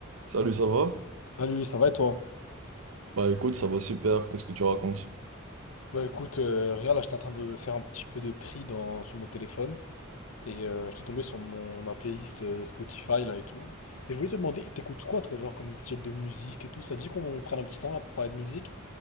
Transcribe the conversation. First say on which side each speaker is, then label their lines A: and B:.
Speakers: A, on the right; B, on the left.
A: Salut, ça va?
B: Salut, ça va et toi?
A: Bah écoute, ça va super, qu'est-ce que tu racontes?
B: Ouais, écoute, euh, rien, là, j'étais en train de faire un petit peu de tri dans, sur mon téléphone et euh, j'étais tombé sur mon, ma playlist euh, Spotify là et tout. Et je voulais te demander, t'écoutes quoi toi, genre comme style de musique et tout? Ça dit qu'on prenne un petit temps là pour parler de musique?